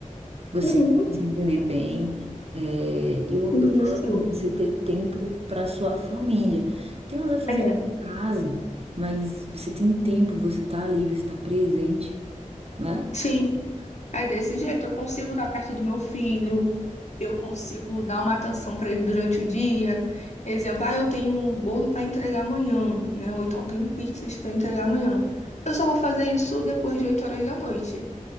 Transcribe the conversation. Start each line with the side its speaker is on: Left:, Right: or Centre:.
Right: você
Left: Uhum,
Right: se entender bem. É, eu,
Left: isso.
Right: eu falo assim, você ter tempo para sua família. Tem os afazeres
Left: É,
Right: de casa, mas você tem tempo, você tá ali, você tá presente, né?
Left: sim. É desse jeito. Eu consigo estar perto do meu filho, eu consigo dar uma atenção para ele durante o dia. Exemplo, ah, eu tenho um bolo para entregar amanhã, né? Ou então tenho pizzas para entregar amanhã. Eu só vou fazer isso depois de 8 horas da noite,